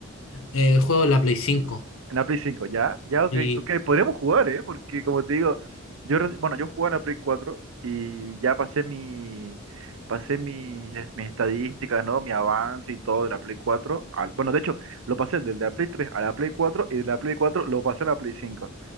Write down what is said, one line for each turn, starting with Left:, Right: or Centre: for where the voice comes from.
Left: eh, juego en la Play cinco
Right: En la Play 5, ya, ya, ok,
Left: Y,
Right: ok, podríamos jugar, ¿eh? Porque como te digo, yo, reci- bueno, yo jugaba en la Play 4 y ya pasé mi, pasé mis, es- mis estadísticas, ¿no? Mi avance y todo de la Play 4. al- bueno, de hecho, lo pasé de la Play 3 a la Play 4 y de la Play 4 lo pasé a la Play 5.